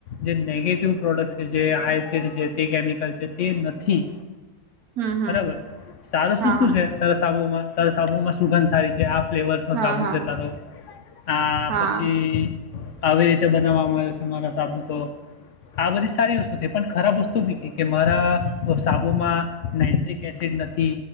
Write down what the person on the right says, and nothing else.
હમ હમ
હા
હા
હા
હા